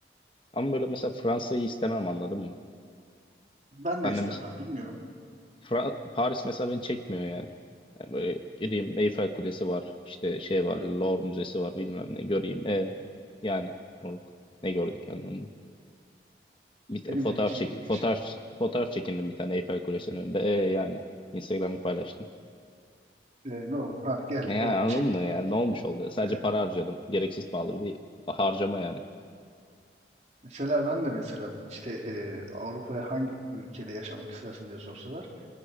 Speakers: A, on the left (about 30°); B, on the right (about 40°).
A: Ama böyle mesela Fransa'yı istemem anladın mı?
B: Ben
A: Ben
B: de istemem.
A: de mesela
B: Bilmiyorum.
A: Fra- Paris mesela beni çekmiyor yani. Yani böyle gideyim Eyfel Kulesi var, işte şey var, Louvre Müzesi var bilmem ne göreyim. E yani moruk, ne gördük anlamında. Bir te-
B: Benim
A: fotoğraf
B: de hiç
A: çekin,
B: ilgimi
A: fotoğraf
B: çekmiyor.
A: fotoğraf çekindim bir tane Eyfel Kulesi'nin önünde. E yani Instagram'ı paylaştım.
B: Ee, ne oldu? Ha, geldik
A: Yani
B: oldu.
A: anladın
B: Çektik
A: mı yani
B: bitti.
A: ne olmuş oluyor? Sadece
B: Ee,
A: para harcadım. Gereksiz pahalı bir harcama yani.
B: Mesela ben de mesela işte e, Avrupa'ya hangi ülkede yaşamak istersin diye sorsalar